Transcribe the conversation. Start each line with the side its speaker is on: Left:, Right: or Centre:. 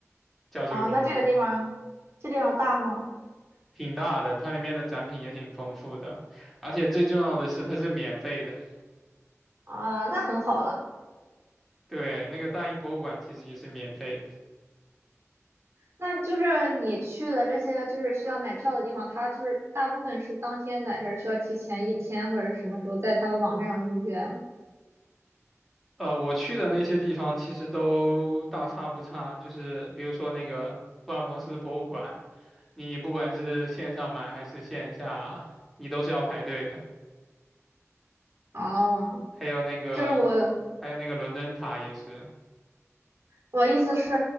Centre: 叫这个名字。
Right: 啊，那这个地方，这地方大吗？
Centre: 挺大的，它里面的展品也挺丰富的，而且最重要的是它是免费的。
Right: 啊，那很好了。
Centre: 对，那个大英博物馆其实也是免费的。
Right: 那就是你去的这些就是需要买票的地方，它就是大部分是当天买，还是需要提前一天或者是什么时候在他们网站上预约啊？
Centre: 呃，我去的那些地方其实都大差不差，就是比如说那个福尔摩斯博物馆，你不管是线上买还是线下，你都是要排队的。
Right: 哦，
Centre: 还有那个，
Right: 就是我，
Centre: 还有那个伦敦塔也是，
Right: 我意思是，